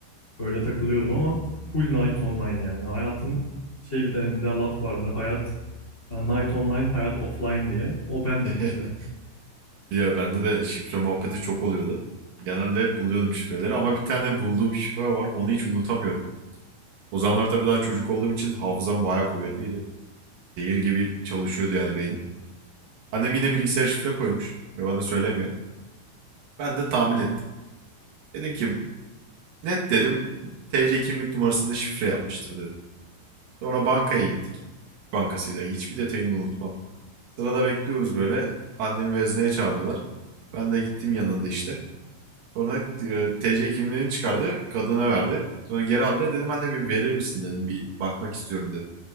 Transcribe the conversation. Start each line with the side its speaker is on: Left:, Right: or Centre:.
Left: Öyle takılıyordum ama full Night Online yani. Hayatım şey bir de bir de laf vardır. Hayat yani Night Online, hayat offline diye. O bendim
Right: <laughs>
Left: işte.
Right: ya bende de şifre muhabbeti çok oluyordu. Genelde hep buluyordum şifreleri ama bir tane bulduğum şifre var. Onu hiç unutamıyorum. O zamanlar tabii daha çocuk olduğum için hafızam bayağı kuvvetliydi. Zehir gibi çalışıyordu yani beynim. Annem yine bilgisayar şifre koymuş ve bana söylemiyor. Ben de tahmin ettim. Dedim ki net dedim TC kimlik numarasını şifre yapmıştır dedim. Sonra bankaya gittik. Bankasıyla hiçbir detayını unutmam. Sırada bekliyoruz böyle. Annemi vezneye çağırdılar. Ben de gittim yanında işte. Sonra e, TC kimliğini çıkardı. Kadına verdi. Sonra geri aldı. Dedim anne bir verir misin dedim. Bir bakmak istiyorum dedim.